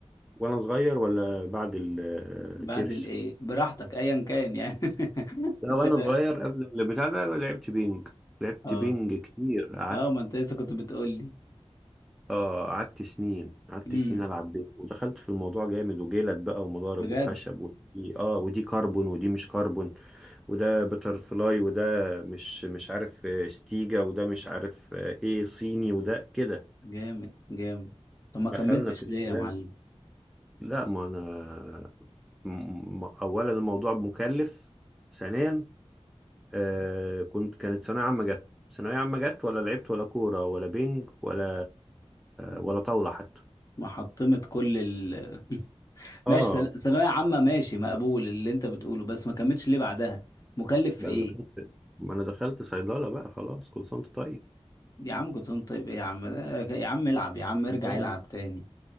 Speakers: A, in the centre; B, on the left.
A: وانا صغير ولا بعد الكرش
B: بعد الايه براحتك ايا كان يعني <laughs>
A: لا
B: انت
A: وانا
B: لا
A: صغير قبل البتاع ده لعبت بينج لعبت
B: اه
A: بينج كتير قعدت
B: اه ما انت لسه كنت بتقول لي
A: اه قعدت سنين قعدت
B: امم
A: سنين العب بينج ودخلت في الموضوع جامد وجلد بقى ومضارب
B: بجد
A: وخشب ودي اه ودي كربون ودي مش كربون وده بتر فلاي وده مش مش عارف آه، ستيجا وده مش عارف آه، ايه صيني وده كده
B: جامد جامد طب ما
A: دخلنا
B: كملتش
A: في الكلام
B: ليه يا معلم
A: لا ما انا م- م- اولا الموضوع مكلف ثانيا آه كنت كانت ثانوية عامة جت ثانوية عامة جت ولا لعبت ولا كورة ولا بينج ولا
B: مم.
A: ولا طاولة حتى
B: ما حطمت كل ال <laughs>
A: اه
B: ماشي ثانوية سل... ثانوية عامة ماشي مقبول اللي انت بتقوله بس ما كملتش ليه بعدها مكلف في
A: بقى
B: ايه
A: انا دخلت ما انا دخلت صيدلة بقى خلاص كل سنة وانت طيب
B: يا عم كنت طيب ايه يا عم ده- يا عم العب يا عم ارجع
A: يعني
B: العب تاني